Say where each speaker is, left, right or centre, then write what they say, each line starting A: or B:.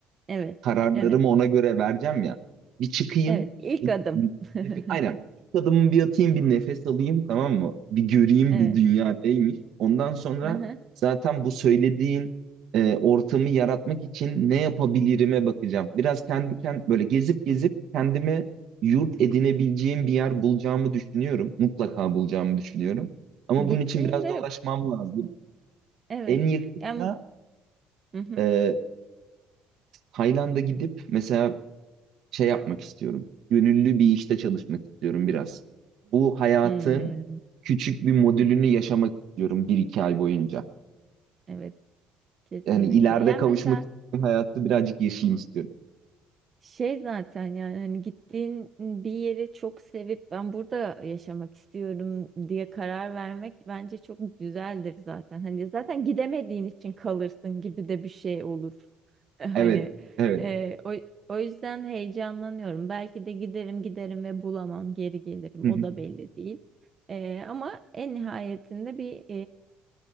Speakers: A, on the right; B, on the right.
A: Evet.
B: kararlarımı
A: Evet.
B: ona göre vereceğim ya. Bir çıkayım.
A: Evet. İlk
B: bir-
A: adım.
B: bir-
A: <laughs>
B: nef- aynen. İlk adımımı bir atayım, bir nefes alayım tamam mı? Bir göreyim
A: Evet.
B: bu dünya neymiş. Ondan sonra
A: Hı hı.
B: zaten bu söylediğin e, ortamı yaratmak için ne yapabilirime bakacağım. Biraz kendi kend böyle gezip gezip kendime yurt edinebileceğim bir yer bulacağımı düşünüyorum. Mutlaka bulacağımı düşünüyorum. Ama
A: Gittiğinde
B: bunun için biraz dolaşmam lazım.
A: evet.
B: En yakında
A: Yani hı hı.
B: e, Tayland'a gidip mesela şey yapmak istiyorum. Gönüllü bir işte çalışmak istiyorum biraz. Bu hayatın
A: Hmm,
B: küçük bir modülünü yaşamak istiyorum bir iki ay boyunca.
A: Evet. Kesinlikle.
B: Yani ileride
A: Yani
B: kavuşmak
A: mesela
B: istediğim hayatı birazcık yaşayayım istiyorum. <laughs>
A: Şey zaten yani hani gittiğin bir yeri çok sevip ben burada yaşamak istiyorum diye karar vermek bence çok güzeldir zaten. Hani zaten gidemediğin için kalırsın gibi de bir şey olur. <laughs> Hani
B: Evet, evet.
A: e, o, o yüzden heyecanlanıyorum. Belki de giderim giderim ve bulamam geri gelirim
B: <laughs>
A: o da belli değil. E, ama en nihayetinde bir